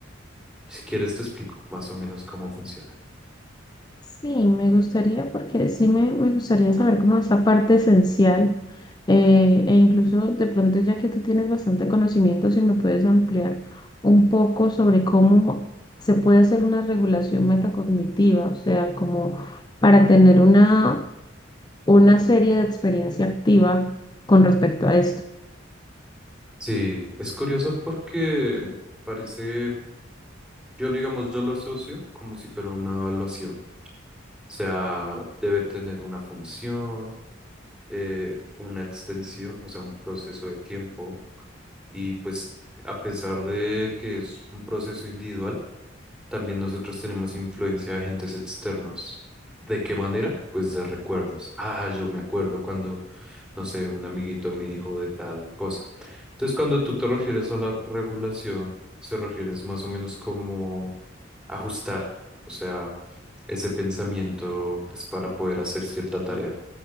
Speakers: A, in the centre; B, on the left.
A: si quieres te explico más o menos cómo funciona.
B: Sí, me gustaría, porque sí me, me gustaría saber cómo esa parte esencial, eh, e incluso de pronto ya que tú tienes bastante conocimiento, si me puedes ampliar un poco sobre cómo se puede hacer una regulación metacognitiva, o sea, como para tener una, una serie de experiencia activa con respecto a esto.
A: Sí, es curioso porque parece, yo lo digamos, yo lo asocio como si fuera una evaluación O sea, debe tener una función, eh, una extensión, o sea, un proceso de tiempo. Y pues a pesar de que es un proceso individual, también nosotros tenemos influencia de agentes externos. ¿De qué manera? Pues de recuerdos. Ah, yo me acuerdo cuando, no sé, un amiguito me dijo de tal cosa. Entonces, cuando tú te refieres a la regulación, se refieres más o menos como ajustar, o sea, ese pensamiento, pues para poder hacer cierta tarea.